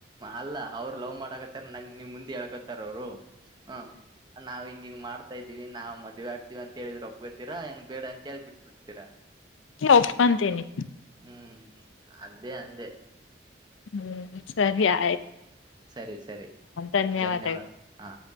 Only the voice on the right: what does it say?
ಅಲ್ಲ ಅವ್ರು ಲವ್ ಮಾಡಕತ್ತಾರ ನಂಗ ನೀವ್ ಮುಂದೆ ಹೇಕತಾರ ಅವ್ರು ಹ್ಮ ನಾವ್ ಹಿಂಗ ಹಂಗ ಮಾಡ್ತಾ ಇದ ಇದವಿ ನಾ ಮದ್ವೆ ಆಗ್ತತಿವಿ ಅಂತೇಳಿದ್ರೆೊಬೇರಾಏನ್ ಬೇಡ ಅಂತ ಹೇಳ್ ಬಿಬಿ
<unintelligible> ಹ್ಮ್ ಅದೇ ಅಂದೆ
ಸರಿ ಸರಿ
ಧನ್ಯವಾದ ಹಾ